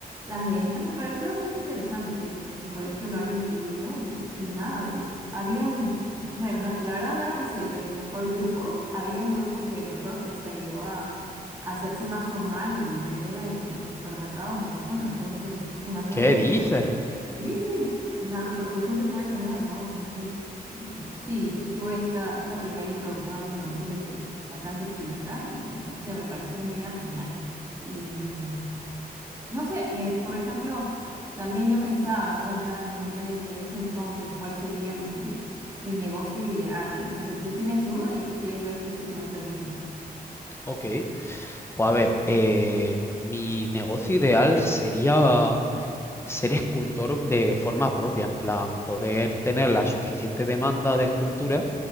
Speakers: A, on the right; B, on the left.
A: las ventas. Me pareció bastante interesante que, que mi colegio lo haya incluido y, y nada, eh, había, un- bueno, no- la verdad no éramos el, el mejor grupo. Había un grupo que me acuerdo que hasta llegó a, a hacerse más formal y vender en, en supermercados de la zona. Entonces, imagínate,
B: ¿Qué dices?
A: lo- sí, sí, la repercusión que puede tener, ¿no? Entonces... Sí, sí tuve esta, esta primera introducción a los negocios desde bastante chiquita y no sé, me pareció una idea genial. Y mm, no sé, eh, por ejemplo, también yo pensaba, ¿no? Ya, en- ya desde ese entonces, ¿cuál sería mi, mi negocio ideal? No sé, tú tienes uno y si quieres yo después te cuento el mío.
B: Ok, pues a ver, eh, mi negocio ideal sería ser escultor de forma propia, en plan, poder tener la suficiente demanda de escultura